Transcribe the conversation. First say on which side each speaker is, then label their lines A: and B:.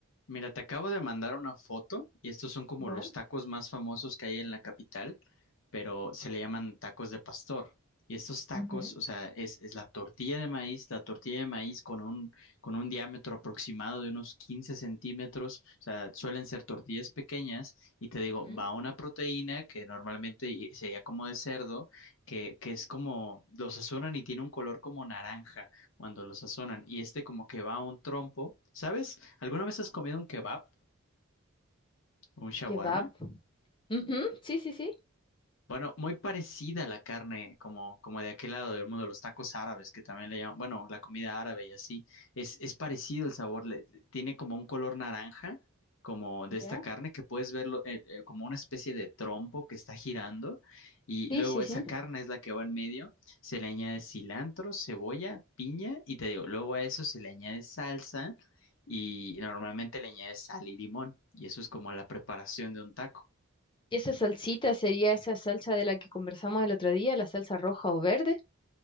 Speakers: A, on the left; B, on the left.
A: Mira, te acabo de mandar una foto y estos son como
B: Ya.
A: los tacos más famosos que hay en la capital, pero se le llaman tacos de pastor. Y estos tacos,
B: ujú.
A: o sea, es, es la tortilla de maíz, la tortilla de maíz con un, con un diámetro aproximado de unos 15 centímetros, o sea, suelen ser tortillas pequeñas y te digo,
B: Ujú.
A: va una proteína que normalmente y- sería como de cerdo, que, que es como, los asuran y tiene un color como naranja cuando lo sazonan. Y este como que va a un trompo. ¿Sabes? ¿Alguna vez has comido un kebab o un shawarma?
B: Kebab, Ujú, Sí, sí, sí.
A: Bueno, muy parecida a la carne, como, como de aquel lado del mundo, los tacos árabes, que también le llaman, bueno, la comida árabe y así. Es, es parecido el sabor, le- le- tiene como un color naranja, como de esta
B: ¿Ya?
A: carne, que puedes verlo eh, eh, como una especie de trompo que está girando. Y
B: Sí,
A: luego
B: sí,
A: esa
B: sí.
A: carne es la que va en medio, se le añade cilantro, cebolla, piña, y te digo, luego a eso se le añade salsa y normalmente le añades sal y limón. Y eso es como la preparación de un taco.
B: ¿Y esa salsita sería esa salsa de la que conversamos el otro día, la salsa roja o verde?